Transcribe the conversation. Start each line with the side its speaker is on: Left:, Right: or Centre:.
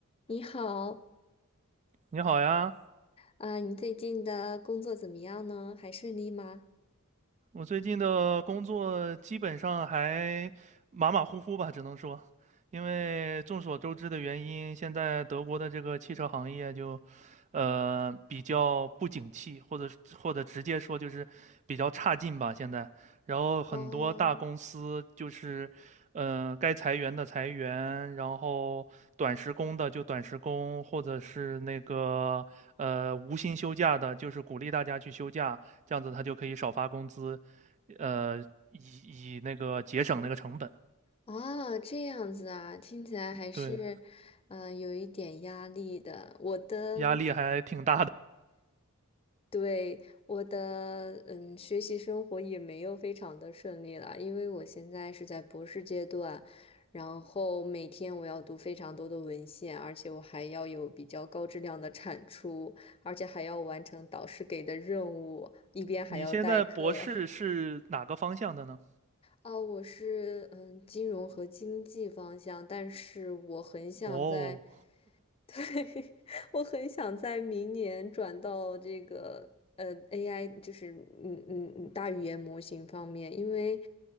Left: 你好，
Right: 你好呀，
Left: 啊、你最近的工作怎么样呢？还顺利吗？
Right: 我最近的工作基本上还马马虎虎吧，只能说，因为众所周知的原因，现在德国的这个汽车行业就，呃，比较不景气，或者或者直接说就是比较差劲吧，现在。然后很多大公司就是，
Left: 哦，
Right: 呃，该裁员的裁员，然后短时工的就短时工，或者是那个呃无薪休假的，就是鼓励大家去休假，这样子他就可以少发工资，呃，以以那个节省那个成本。
Left: 啊，这样子啊，听起来还是，
Right: 对，
Left: 嗯，有一点压力的。我的，
Right: 压力还挺大的。
Left: 对，我的，嗯，学习生活也没有非常的顺利了，因为我现在是在博士阶段，然后每天我要读非常多的文献，而且我还要有比较高质量的产出，而且还要完成导师给的任务，一边还要代课。
Right: 你现在博士是哪个方向的呢？
Left: 哦，我是嗯金融和经济方向，但是我很想在，
Right: 哦，
Left: <laughs> 我很想在明年转到这个呃 AI，就是嗯嗯嗯大语言模型方面，因为